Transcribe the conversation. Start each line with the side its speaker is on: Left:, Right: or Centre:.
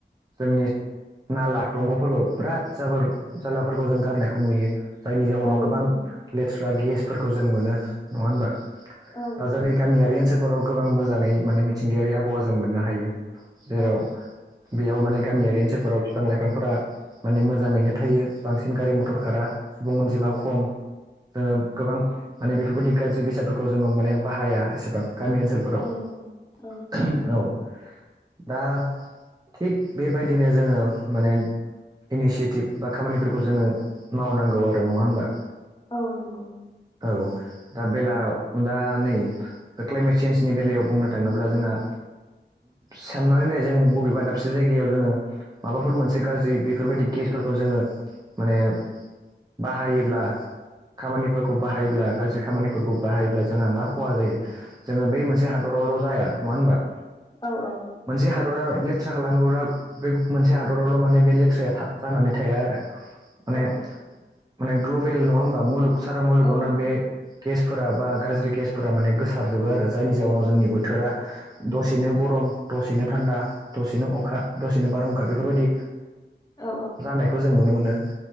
Right: जोंनि नाला दंग'फोरखौ बिराद जाबोर जालाफोरखौ जों गारनायखौ नुयो जायनि जाउनाव
Left: औ
Right: गोबां
Left: नंगौ
Right: लेथ्रा गेसफोरखौ जों मोनो नङा होनबा
Left: औ
Right: दा
Left: नंगौ
Right: जोंनि गामिआरि ओनसोलफोराव गोबां मोजाङै माने मिथिंगाआरि आबहावा जों मोननो हायो जेराव
Left: औ
Right: बेयाव माने गामिखरि ओनसोलफोराव बिफां लाइफांफोरा माने मोजाङैनो थायो बांसिन गारि मथर
Left: औ
Right: खारा सुबुं अनजिमा
Left: औ
Right: खम जोङो गोबां माने बेफोरबादि गाज्रि बेसादफोरखौ जों माने बाहाया एसेबां गामि ओनसोल फोराव
Left: औ
Right: ओह
Left: नंगौ औ
Right: औ दा थिग बेबादिनो जोङो माने इनिसियेटिभ बा खामानिफोरखौ जोङो मावनांगौ आरो नङा होनबा
Left: औ नंगौ
Right: औ दा बेलायाव दा नै क्लाइमेट चेन्जनि बेलायाव बुंनो थाङोब्ला जोंहा साननानै नाय जों बबेबा दाबसे जायगायाव जोङो माबाफोर मोनसे गाज्रि बेफोरबादि गेसफोरखौ जोङो माने बाहायोब्ला खामानिफोरखौ बाहायब्ला गाज्रि खामानिफोरखौ बाहायोब्ला जोंहा मा खहा जायो जोङो बे मोनसे हादरावल' जाया नङा होनबा
Left: औ औ
Right: मोनसे हादोरा लेथ्रा खालामोब्ला बे मोनसे हादोरावल' माने बे लेथ्राया जानानै थाया आरो माने
Left: औ
Right: माने ग्ल'बेल नङा होमबा मुलुग सारा मुलुगावनो
Left: औ औ
Right: बे गेसफोरा बा गाज्रि गेसफोरा माने गोसारजोबो आरो जायनि जाउनाव जोंनि
Left: उम
Right: बोथोरा दसेनो गरम दसेनो थान्दा दसेनो अखा दसेनो बारहुंखा बेफोरबादि
Left: औ
Right: जानायखौ जों नुनो मोनो